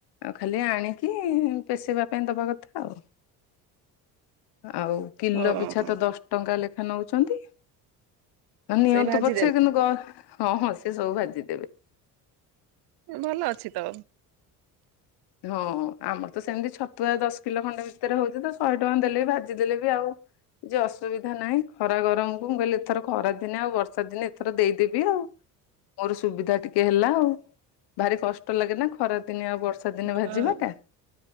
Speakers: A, on the left (about 70°); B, on the right (about 65°).
A: ଆଉ ଖାଲି ଆଣିକି ପେଶିବା ଦେବା କଥା ଆଉ ଆଉ
B: ହଁ
A: କିଲୋ ପିଛା ତ ଦଶ ଟଙ୍କା ଲେଖା ନଉଛନ୍ତି ନା ନିଅନ୍ତୁ
B: ସେଇ ଭାଜିଦେଲେ
A: ପଛେ କିନ୍ତୁ ହଁ ହଁ ସେ ସବୁ ଭାଜିଦେବେ।
B: ଭଲ ଅଛି ତ।
A: ହଁ ଆମର ତ ସେମିତି ଛତୁଆ ଦଶ କିଲୋ ଖଣ୍ଡେ ଭିତରେ ହଉଛି ତ ଶହେ ଟଙ୍କା ଦେଲେ ବି ଭାଜି ଦେଲେ ବି ଆଉ ଯୋ ଅସୁବିଧା ନାହିଁ ଖରା ଗରମକୁ ମୁଁ କହିଲି ଏଥର ଖରା ଦିନେ ଆଉ ବର୍ଷା ଦିନେ ଏଥର ଦେଇଦେବି ଆଉ। ମୋର ସୁବିଧା ଟିକେ ହେଲା ଆଉ ଭାରି କଷ୍ଟ ଲାଗେ ନା ଖରାଦିନି ଆଉ ବର୍ଷା ବର୍ଷା ଦିନ
B: ହଁ
A: ଭାଜିବାଟା